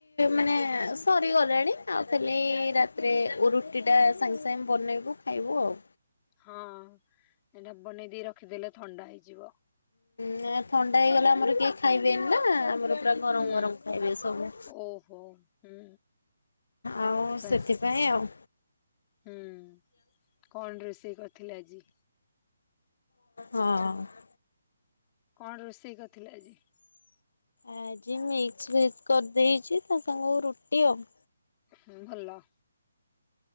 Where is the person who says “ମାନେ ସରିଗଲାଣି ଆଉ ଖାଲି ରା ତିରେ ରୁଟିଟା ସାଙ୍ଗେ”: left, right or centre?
Left